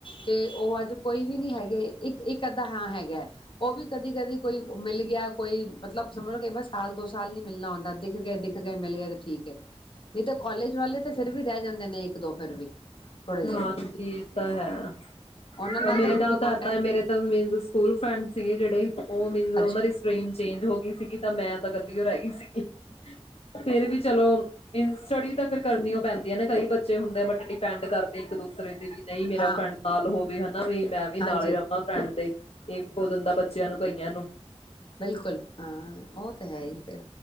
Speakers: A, on the left (about 50°); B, on the left (about 65°).
A: ਤੇ ਉਹ ਅੱਜ ਕੋਈ ਵੀ ਨੀ ਹੈਗੇ ਇੱਕ ਇੱਕ ਅੱਧਾ ਹਾਂ ਹੈਗਾ ਉਹ ਵੀ ਕਦੀ ਕਦੀ ਕੋਈ ਮਿਲ ਗਿਆ ਕੋਈ ਮਤਲਬ ਸਮਝ ਕਈ ਵਾਰ ਸਾਲ ਦੋ ਸਾਲ ਨੀ ਮਿਲਣਾ ਹੁੰਦਾ ਦਿੱਖ ਗਏ ਦਿੱਖ ਗਏ ਮਿਲ ਗਏ ਤੇ ਠੀਕ <unintelligible> ਨਹੀਂ ਤਾਂ ਕਾਲਜ ਵਾਲੇ ਤੇ ਫਿਰ ਵੀ ਰਹਿ ਜਾਂਦੇ ਨੇ ਇੱਕ ਦੋ ਫੇਰ ਵੀ ਥੋੜ੍ਹੇ ਜਿਹੇ
B: ਹਾਂਜੀ ਇਹ ਤਾਂ ਹੈ
A: ਉਹਨਾਂ
B: ਮੇਰੇ
A: ਫਿਰ
B: ਨਾਲ
A: ਵੀ
B: ਤਾਂ
A: ਕੋਂਟੈਕਟ
B: ਏਦਾ ਮੇਰੇ ਨਾਲ ਸਕੂਲ ਫਰੈਂਡ ਸੀਗੇ ਜਿਹੜੇ ਉਹ ਮੀਨਜ ਉਹਨਾਂ
A: ਅੱਛਾ
B: ਦੀ ਸਟਰੀਮ ਚੇਂਜ ਹੋ ਗਈ ਸੀਗੀ ਤਾਂ ਮੈਂ ਤਾਂ ਇਕੱਲੀ ਰਹਿ ਗਈ ਸੀਗੀ ਫੇਰ ਵੀ ਚਲੋ ਮੀਨਜ ਸਟੱਡੀ ਤਾਂ ਫਿਰ ਕਰਨੀ ਉਹ ਪੈਂਦੀ <unintelligible> ਨਾ ਕਈ ਬੱਚੇ ਹੁੰਦੇ ਬਟ ਡਿਪੈਂਡ ਕਰਦੇ ਇੱਕ ਦੂਸਰੇ ਤੇ ਵੀ ਨਹੀਂ ਮੇਰਾ
A: ਹਾਂ
B: ਫਰੈਂਡ ਨਾਲ ਹੋਵੇ ਹਨਾ ਵੀ ਮੈਂ ਵੀ
A: ਹਾਂਜੀ
B: ਨਾਲ ਹੀ ਰਵਾਂ ਫਰੈਂਡ ਦੇ ਇਹ ਵੀ ਹੋ ਜਾਂਦਾ ਬੱਚਿਆਂ ਨੂੰ ਕਈਆਂ ਨੂੰ
A: ਬਿਲਕੁੱਲ ਹਾਂ ਉਹ ਤੇ ਹੈ ਹੀ ਫਿਰ।